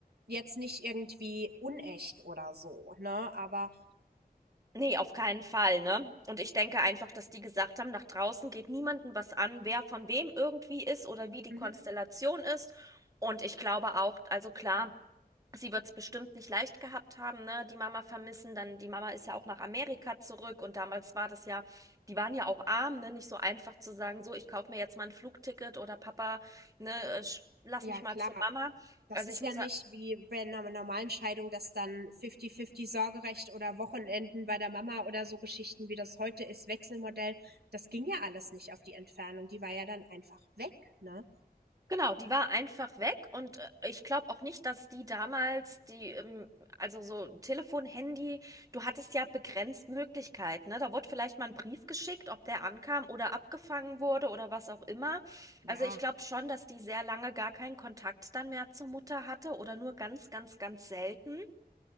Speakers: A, on the right; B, on the right.
A: jetzt nicht irgendwie unecht oder so, ne? Aber
B: Nee, auf keinen Fall, ne? Und ich denke einfach, dass die gesagt haben, nach draußen geht niemandem was an, wer von wem irgendwie ist oder wie die
A: mhm,
B: Konstellation ist. Und ich glaube auch, also klar. Sie wird es bestimmt nicht leicht gehabt haben, ne? Die Mama vermissen, dann die Mama ist ja auch nach Amerika zurück und damals war das ja, die waren ja auch arm, ne? Nicht so einfach zu sagen, so, ich kaufe mir jetzt mal ein Flugticket oder Papa, ne, äh, sch- lass
A: ja
B: mich mal
A: klar,
B: zu Mama.
A: Das
B: Also
A: ist
B: ich muss,
A: ja nicht wie bei einer normalen Scheidung, dass dann fifty-fifty Sorgerecht oder Wochenenden bei der Mama oder so Geschichten, wie das heute ist, Wechselmodell. Das ging ja alles nicht auf die Entfernung. Die war ja dann einfach weg, ne?
B: Genau, die war einfach weg und äh, ich glaube auch nicht, dass die damals die, ähm, also so Telefon, Handy, du hattest ja begrenzt Möglichkeiten, ne? Da wurde vielleicht mal ein Brief geschickt, ob der ankam oder abgefangen wurde oder was auch immer. Also
A: Ja,
B: ich glaube schon, dass die sehr lange gar keinen Kontakt dann mehr zur Mutter hatte oder nur ganz, ganz, ganz selten.